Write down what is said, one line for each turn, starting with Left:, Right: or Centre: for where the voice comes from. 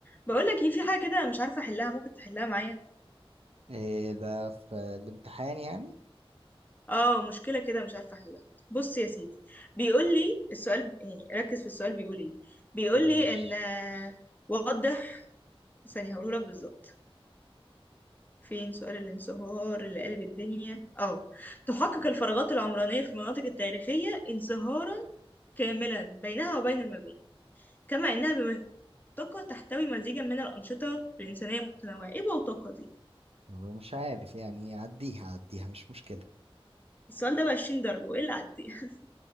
Left: بقول لك ايه في حاجه كده مش عارفه احلها ممكن تحلها معايا
Right: إيه ده في الامتحان يعني
Left: اه مشكله كده مش عارفه احلها بص يا سيدي بيقول لي السؤال يعني ركز في السؤال بيقول ايه بيقول
Right: ماشي
Left: لي ان آه، وضح ثانيه هقوله لك بالظبط فين سؤال الانصهار اللي قلب الدنيا اه تحقق الفراغات العمرانيه في المناطق التاريخيه انصهارا كاملا بينها وبين المباني كما انها بمنطقه تحتوي مزيجا من الانشطه الانسانيه المتنوعه ايه بوتقه دي
Right: هو مش عارف يعني عديها عديها مش مشكلة
Left: السؤال ده ب 20 درجه وايه اللي عديها <laughs>